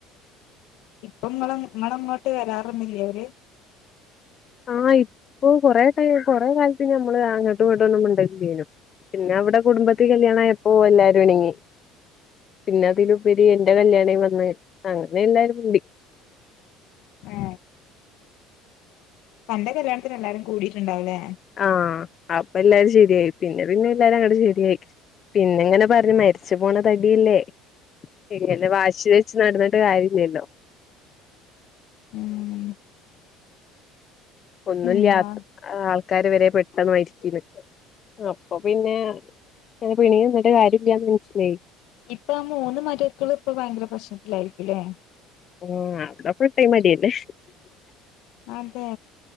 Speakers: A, on the left; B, on the left.
A: ഇപ്പൊ നിങ്ങളെ നിങ്ങളങ്ങോട്ട് വരാറൊന്നില്ലേ അവര്
B: ആ ഇപ്പൊ കൊറേ ടൈ കൊറേ കാലത്തിന് ഞമ്മള് അങ്ങോട്ടും ഇങ്ങോട്ടൊന്നും മിണ്ടലില്ലായ്ഞൂ പിന്നെ അവിടെ കുടുംബത്തി കല്യാണായപ്പോ എല്ലാരും ഇണങ്ങി പിന്നെ അതിലുപരി എന്റെ കല്യാണായിവന്ന് അങ്ങനെ എല്ലാവരുംകൂടി
A: ആ തന്റെ കല്യാണത്തിന് എല്ലാവരും കൂടിട്ടുണ്ടാവൂലേ
B: ആ അപ്പൊ എല്ലാവരും ശെരിയായി പിന്നെ പിന്നെ എല്ലാരും അങ്ങട്ശെരിയായി പിന്നെ ഇങ്ങനെപറഞ്ഞു മരിച്ചു പോണതടിയല്ലേ ഇങ്ങനെ വാശിവെച്ച് നടന്നിട്ട് കാര്യമില്ലലോ
A: ഉം
B: ഒന്നുല്ലാത്ത
A: എന്നാ
B: ആൾക്കാരുവരെ പെട്ടെന്നു മരിക്കണ് അപ്പൊപിന്നെ പിന്നെ പിണങ്ങിനിന്നിട്ട് കാര്യമില്ലാന്ന് മനസ്സിലായി
A: ഇപ്പൊ ആ മൂന്നു മരുക്കളും ഇപ്പഭയങ്കര പ്രശ്നത്തിലായിരിക്കൂല്ലേ
B: ആ അവിടെ ഫുൾടൈം അടിയല്ലേ
A: ആതെ